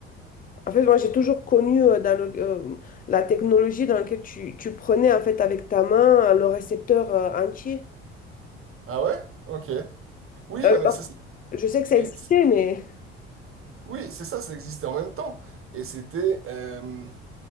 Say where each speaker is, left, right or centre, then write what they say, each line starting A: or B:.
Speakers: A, on the left; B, on the right.
A: En fait, moi, j'ai toujours connu euh, dans le- euh, la technologie dans laquelle tu, tu prenais, en fait, avec ta main, euh, le récepteur euh, entier.
B: Ah ouais? Ok. Oui,
A: Euh,
B: non, mais ça.
A: je sais que ça
B: Mais
A: existait,
B: c-
A: mais...
B: oui, c'est ça, ça existait en même temps. Et c'était euh,